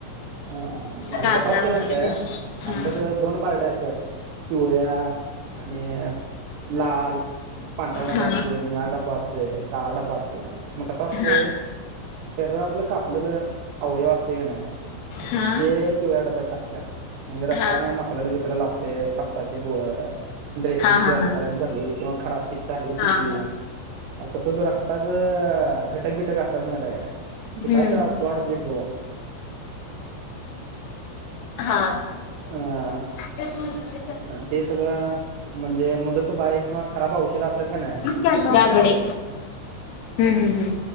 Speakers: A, on the right (about 85°); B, on the left (about 70°).
A: ह आणि
B: काचा
A: कसं असतय
B: वगैरे
A: माहिताय
B: भेट हा
A: आमच्यात दोन बारड्या असतात. पिवळ्या आणि लाल. पांढरा डबा
B: हा
A: असतोय, निळा डबा असतोय, काळा डबा असतोय मग कसं असतय.
B: हा
A: शरीरातलं कापलेलं अवयव असतय क नाही
B: हा
A: ते. पिवळ्या डब्यात टाकत्यात म्हणजे रक्तांना
B: हा
A: मखल्याला बिकल्याला असतयं कापसाची बोळं. ड्रेसिंगची
B: हा हा
A: रक्तानं
B: हा
A: भरलेली किंवा खराब पिश झालेली पिशवी.
B: हा
A: तसंच रक्ताच घटक बिटक असत्यात माहित आहे काय ते काय
B: हम्म.
A: तर. क्लॉट घेतो.
B: हा.
A: हां.
B: ते बास हाय.
A: ते सगळं म्हणजे मुदत बाहय किंवा खराब औषध असत्यात का नाही.
B: त्या गडे, हूं हूं हूं